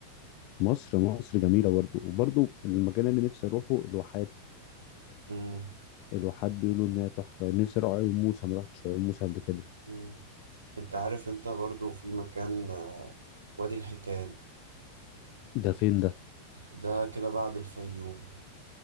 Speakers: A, on the left; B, on the right.
A: مصر مصر جميله برضو وبرضو المكان اللي نفسي اروحه الواحات
B: امم
A: الواحات بيقولوا انها تحفه نفسي اروح عيون موسى ما رحتش عيون موسى قبل كده
B: أمم. انت عارف انت برضو في مكان وادي الحيتان
A: ده فين ده
B: ده كده بعد الفيوم